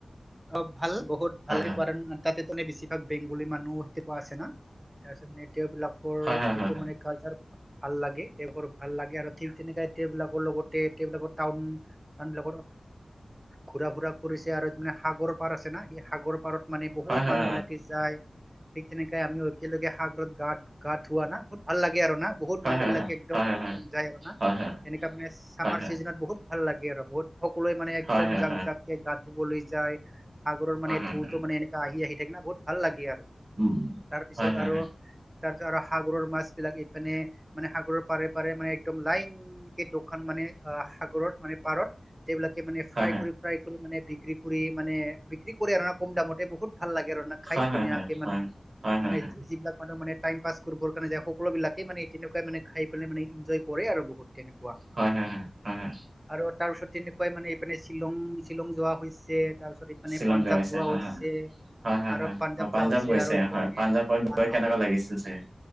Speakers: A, on the right (about 15°); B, on the right (about 80°).
A: অ ভাল বহুত ভালে
B: হয় হয়
A: কৰে। তাতে তানে বেছিভাগ বেংগলী মানুহ হেনেকুৱা আছে না তাৰপিছত মে তেওঁবলাকৰ
B: হয়
A: যিটো
B: হয়
A: মানে কালচাৰ ভাল লাগে তেওঁবৰ ভাল লাগে আৰু ঠিক তেওঁবিলাকৰ লগতে বিলাকৰ টাউন <unintelligible> ঘ ঘূৰা ফুৰা পৰিছে আৰুানে সাগৰ পাৰ আছে না সেই সাগৰ পাৰত। মানে বহুত
B: হয় হয় হয় হয়
A: মানুহ বিলাকে যায় ঠিক তেনেকে আমি একেলগে সাগৰত গা গা ধোৱা না বহুত ভাল লাগে আৰু না বহুত
B: হয়
A: মানুহ
B: হয়
A: বিলাকে একদম
B: হয় হয় হয়
A: যায় আৰু না।
B: হয় হয়
A: এনেককা মানে চামাৰ
B: হয়
A: চিজন বহুত ভাল লাগে আৰু বহুত সকলোৱে মানে একদম
B: হয় হয়
A: জাক জাককে গা ধুবলৈ যায়। সাগৰৰ
B: হয়
A: মানে
B: হয়
A: থুৰটো মানে এনেকা আহি আহি থাকে না বহুত ভাল লাগে আৰু।
B: উম
A: তাৰপিছত
B: হয় হয়
A: আৰু
B: হয়।
A: তাৰপিছত আৰু সাগৰৰ মাছ বিলাক ইপিনে মানে সাগৰৰ পাৰে পাৰে মানে একদম লাইন। কেই দোকান মানে অ সাগৰত মানে পাৰত। সেইবিলাকে মানে ফ্ৰাই
B: হয়
A: কৰি ফ্ৰাই কৰি মানে বিক্ৰী কৰি মানে বিক্ৰী কৰি আৰু কম দামতে বহুত। ভাল লাগে ৰন্ধা খাই
B: হয়
A: ধুনীয়াকে
B: হয় হয়
A: মানে
B: হয় হয় হয়
A: মানে
B: হয়
A: যিবিলাক মানুহ মানে টাইম পাছ কৰিবৰ কাৰণে যায় সকলোবিলাকে মানে তেনেকুৱা মানে খাই পেলাই মানে এনজয় কৰে আৰু বহুত তেনেকুৱা।
B: হয় হয় হয় হয় হয়।
A: আৰু তাৰপিছত তেনেকুৱাই মানে এপিনে শ্বিলং শ্বিলং যোৱা হৈছে তাৰপিছত। মানে
B: শ্বিলং
A: পাঞ্জাৱ যোৱা
B: হয়
A: হৈছে
B: হয় হয় হয়
A: আৰু
B: হয়
A: পাঞ্জাৱ
B: অ
A: যোৱা হৈছে
B: গৈছে
A: আৰু এপিনে
B: হয় পাঞ্জাৱত
A: আৰু
B: গৈ কেনেকুৱা
A: আৰু
B: লাগিছিল চাগে